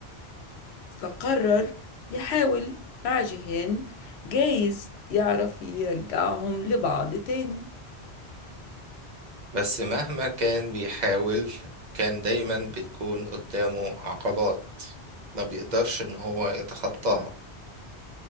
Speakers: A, on the left; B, on the right.
A: فقرر يحاول مع جيهان جايز يعرف يرجعهم لبعض تاني
B: بس مهما كان بيحاول كان دايما بتكون قدامه عقبات ما بيقدرش ان هو يتخطاها